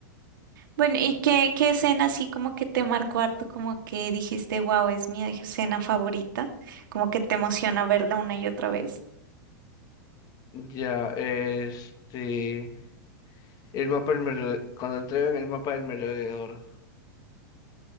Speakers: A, on the right (about 75°); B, on the left (about 35°).
A: Bueno, ¿y qué, qué escena así como que te marcó harto, como que dijiste, wow, es mi escena favorita, como que te emociona verla una y otra vez?
B: Ya, este, el mapa del merode- cuando entregan el mapa del merodeador,